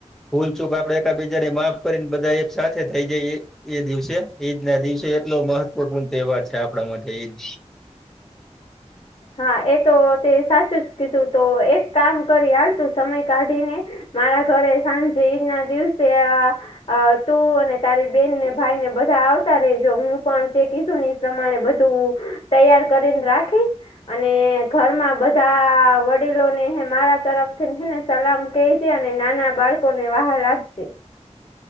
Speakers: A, in the centre; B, on the left.
A: ફૂલચૂક આપડે એકબીજા ને માફ કરીને બધા એક સાથે થઈ જઈએ એ દિવસે ઈદ ના દિવસે એટલો મહત્વપૂર્ણ તહેવાર છે આપણા માટે ઈદ
B: હા એ તો તે સાચું જ કીધું તો એક કામ કરી આડતું સમય કાઢીને મારા ઘરે સાંજે ઈદ ના દિવસે અ તું અને તારી બેનને ભાઈ ને બધા આવતા રેજો હું પણ તે કીધું નહી પ્રમાણે બધું તૈયાર કરીને રાખીશ અને ઘરમાં બધા વડીલોને મારા તરફ થીને સલામ ક છે અને નાના બાળકો ને વાહાર આપજે